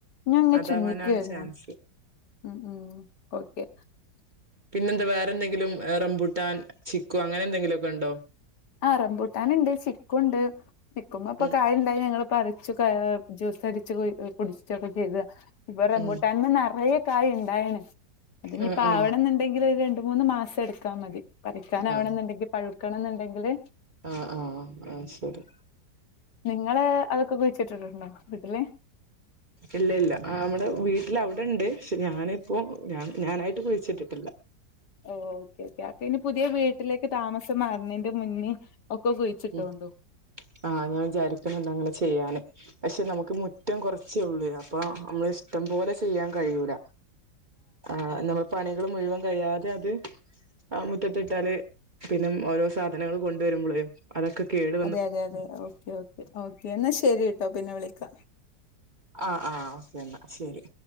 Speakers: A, on the left; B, on the right.
A: ഞ ഇങ്ങെ
B: അതാവാനാണ്
A: ചിന്തിക്കുവായിരുന്നു.
B: ചാൻസ്
A: ഉം ഉം ഓക്കെ.
B: പിന്നെന്ത വേറെന്തെങ്കിലും എഹ് റബുട്ടാൻ, ചിക്കു അങ്ങനെന്തെങ്കിലൊക്കെ ഉണ്ടോ?
A: അഹ് റംബൂട്ടാനുണ്ട്, ചിക്കുണ്ട് ചിക്കുമ്മപ്പൊ
B: ഉം
A: കായ് യി ഞങ്ങള് പറിച്ചു കഅ് ജ്യൂസടിച്ച് കുയ് കുടിച്ചിട്ടൊക്കെ ചെയ്ത. ഇപ്പൊ റംബൂട്ടാൻമേ
B: ഉം
A: നെറയെ കായ് ഇണ്ടായിണ് അതിനിപ്പാവണെന്ന്
B: ആ ആ
A: ണ്ടെങ്കിൽ ഒരു രണ്ട് മൂന്ന് മാസം എടുക്കാ മതി പറിക്കാനാവണന്നുണ്ടെങ്കി
B: ആ
A: പഴുക്കണന്ന്ണ്ടെങ്കില്
B: ആഹ് ആഹ് ആ ശരി.
A: നിങ്ങള് അതൊക്കെ കുഴിച്ചിട്ടിട്ടുണ്ടോ വീട്ടില്?
B: ഇല്ല ഇല്ല അമ്മേടെ വീട്ടിലവിടെണ്ട് പക്ഷെ ഞാനിപ്പോ ഞ ഞാനായിട്ട് കുഴിച്ചിട്ടിട്ടില്ല.
A: ഓഹ് ഓക്കോക്കെ അ പിന്നെ പുതിയ വീട്ടിലേക്ക് താമസം മാറുന്നേന്റെ മുന്നെ ഒക്കെ കുഴിച്ചിട്ടോണ്ടു.
B: ഉ ആഹ് ഞാൻ വിചാരിക്കുന്നുണ്ട് അങ്ങനെ ചെയ്യാന്. പക്ഷെ നമുക്ക് മുറ്റം കുറച്ചേള്ളൂ അപ്പൊമ്മളെ ഇഷ്ട്ടം പോലെ ചെയ്യാൻ കഴിയൂല. ആഹ് നമ്മൾ പണികൾ മുഴുവൻ കഴിയാതെ അത് ആ മുറ്റത്തിട്ടാല് പിന്നും ഓരോ സാധനങ്ങൾ കൊണ്ടുവരുമ്പളെ അതൊക്കെ കേട്
A: അതെ അതെ അതെ ഓക്കേ ഓക്കേ ഓക്കേ എന്നാ ശരിട്ടൊ പിന്നെ വിളിക്കാ.
B: ആഹ് ആഹ് ഓക്കെന്നാ ശരി.